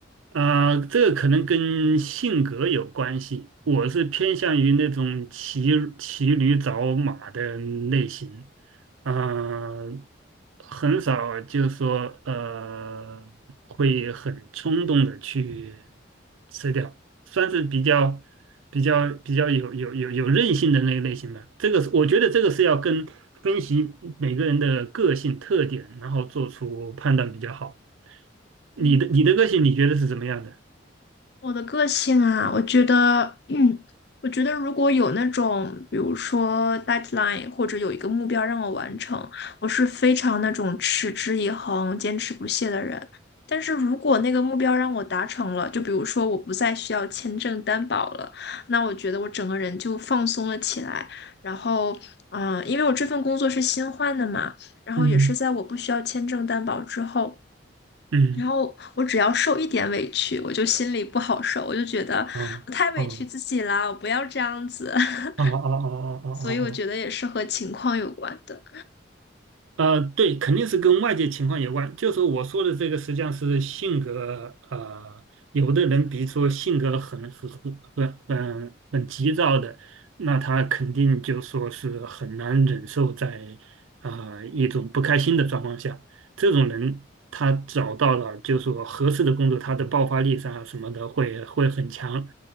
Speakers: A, on the right (about 85°); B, on the left (about 55°).
A: 啊、呃这个可能跟性格有关系。我是偏向于那种骑骑驴找马的类型，啊、很少就说呃会很冲动的去吃掉，算是比较比较比较有有有有韧性的那个类型吧。这个是我觉得这个是要跟分析每个人的个性特点，然后做出判断比较好。你的你的个性你觉得是怎么样的？
B: 嗯我的个性啊，我觉得，嗯，我觉得如果有那种，比如说 deadline 或者有一个目标让我完成，我是非常那种持之以恒、坚持不懈的人。但是如果那个目标让我达成了，就比如说我不再需要签证担保了，那我觉得我整个人就放松了起来。然后，嗯、因为我这份工作是新换的嘛，然后也是在我不需要签证担保之后。
A: 嗯嗯，
B: 然后我只要受一点委屈，我就心里不好受，我就觉得我太委屈自己啦，
A: 哦哦
B: 我不要这样子。<laughs>
A: 哦哦哦哦哦哦，
B: 所以我觉得也是和情况有关的。
A: 呃，对，肯定是跟外界情况有关。就说我说的这个，实际上是性格，呃，有的人比如说性格很很很很很急躁的，那他肯定就说是很难忍受在啊、一种不开心的状况下，这种人他找到了就说合适的工作，他的爆发力上啊什么的会会很强。